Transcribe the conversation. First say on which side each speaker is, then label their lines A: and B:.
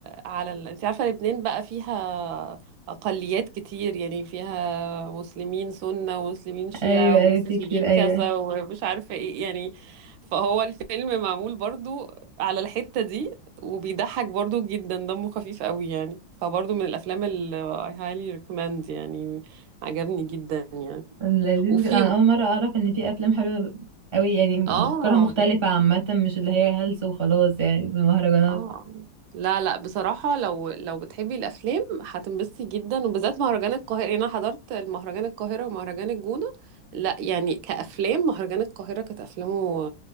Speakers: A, on the right (about 80°); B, on the right (about 15°).
A: على ال أنت عارفة لبنان بقى فيها أقليات كتير يعني فيها مسلمين سنة ومسلمين شيعة
B: ايوه
A: ومسيحيين
B: ايوه في كتير ايوه
A: كذا ومش عارفة إيه يعني فهو الفيلم معمول برضو على الحتة دي وبيضحك برضو جدا دمه خفيف قوي يعني فبرضو من الأفلام اللي I highly recommend يعني عجبني جدا يعني
B: لذيذ
A: وفي
B: جدا انا اول مرة اعرف ان في افلام حلوة قوي يعني
A: اه
B: افكارها مختلفة عامة مش اللي هي هلس وخلاص يعني في المهرجانات
A: اه لا لا بصراحة لو لو بتحبي الأفلام هتنبسطي جدا وبالذات مهرجان القاهرة يعني أنا حضرت المهرجان القاهرة ومهرجان الجونة لا يعني كأفلام مهرجان القاهرة كانت أفلامه